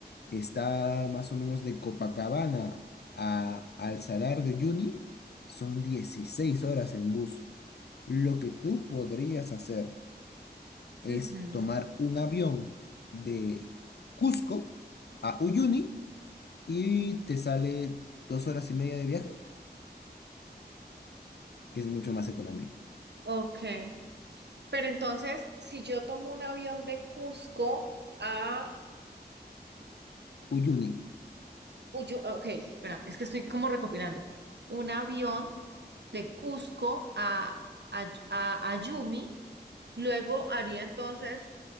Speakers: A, on the left (about 75°); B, on the right (about 80°).
A: Está más o menos de Copacabana a, al Salar de Uyuni, son 16 horas en bus. Lo que tú podrías hacer es
B: Ujú,
A: tomar un avión de Cusco a Uyuni y te sale dos horas y media de viaje, que es mucho más económico.
B: Ok, pero entonces, si yo tomo un avión de Cusco a
A: Uyuni,
B: Uyo, ok, espérame, es que estoy como recopilando. Un avión de Cusco a, a, a a Ayumi. Luego haría entonces